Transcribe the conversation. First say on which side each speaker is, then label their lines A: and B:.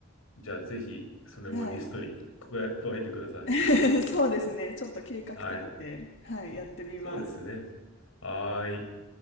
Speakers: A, on the left; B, on the left.
A: じゃあぜひ、それもリストに加え、
B: はい。
A: 加えてください。
B: <laughs> そうですね。ちょっと計画立てて、
A: はい。
B: はい、やってみます。
A: そうですね。はーい。